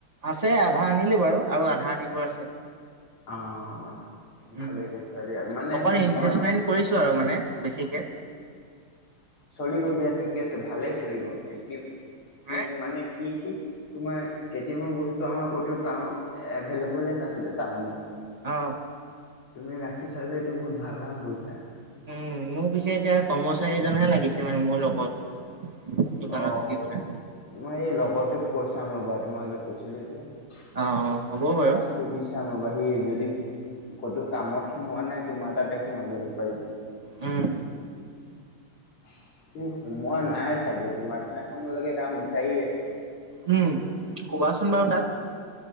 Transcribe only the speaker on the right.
আছে আধা আনিলো বাৰু আৰু আধা দিব আছে।
উম
অকণ ইনভেষ্টমেন্ট
কৰিছো আৰু মানে বেছিকে
হে
আহ।
উম, মোৰ পিছে এতিয়া কৰ্মচাৰীজনহে লাগিছে মানে মোৰ লগত। দোকানত
থাকিবলৈ
অ অ হ'ব বাৰু
উম।
উম, কুবা আচোন বাৰু তাক।